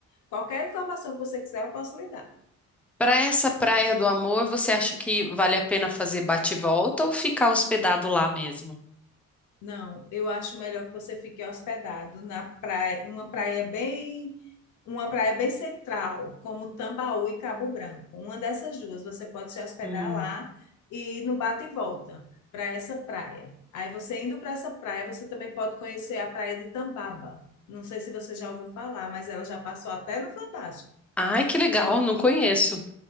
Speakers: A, on the left; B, in the centre.
A: Qualquer informação que você quiser, eu posso lhe dar.
B: Para essa Praia do Amor, você acha que vale a pena fazer bate-volta ou ficar hospedado lá mesmo?
A: Não, eu acho melhor que você fique hospedado na praia, uma praia bem, uma praia bem central, como Tambaú e Cabo Branco. Uma dessas duas, você pode se hospedar
B: Hum.
A: lá e ir no bate e volta para essa praia. Aí você indo para essa praia, você também pode conhecer a praia de Tambaba. Não sei se você já ouviu falar, mas ela já passou até no Fantástico.
B: Ai, que legal, não conheço.